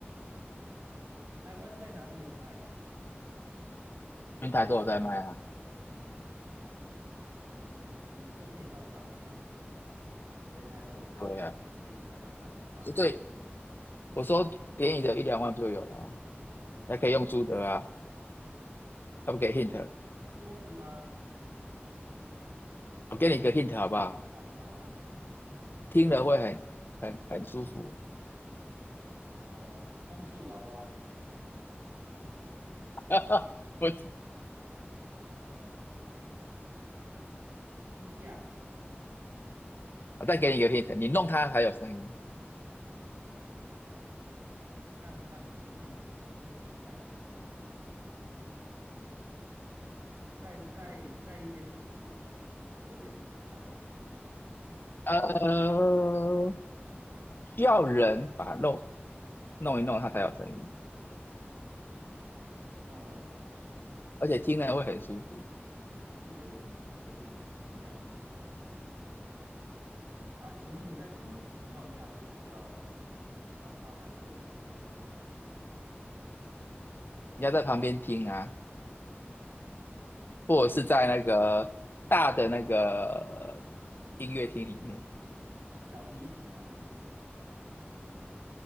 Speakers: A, on the right; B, on the left.
A: 台湾在哪里有卖？
B: 平台都有在卖啊，
A: 那、你你说可以到上上千万，全台都有在卖，
B: 对啊，
A: 然后可以卖到上上千万。
B: 这最我说便宜的一两万就有了啊，还可以用租的啊，要不给 hint，
A: 桌子吗？
B: 我给你一个 hint 好不好？
A: 哦，好啊，
B: 听了会很很很舒服。
A: 哦，充气娃娃，
B: <laughs> 不，
A: 呃，衣架，
B: 我再给你一个 hint，你弄它才有声音。
A: 嗯，那很像机器人呢，那听起来很像机器人呢。再再再一些提示好了，有点难猜耶。
B: 呃，需要人把它弄弄一弄，它才有声音，
A: 哦，
B: 而且听了会很舒服。
A: 这有点有点奇妙了。那请问你在什么情况下会需要靠它来获得舒服的感觉？
B: 你要在旁边听啊，或者是在那个大的那个音乐厅里面，
A: 小提琴呐、